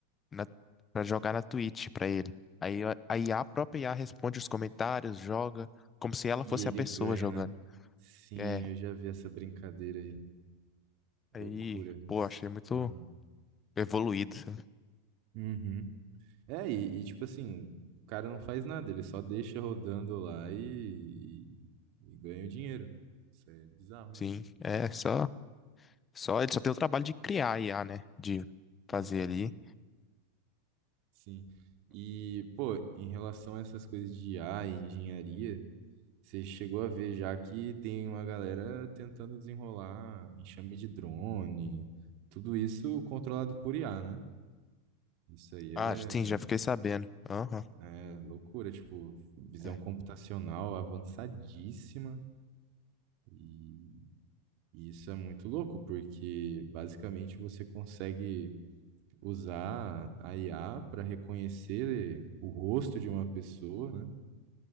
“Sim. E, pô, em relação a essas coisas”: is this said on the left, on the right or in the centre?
Right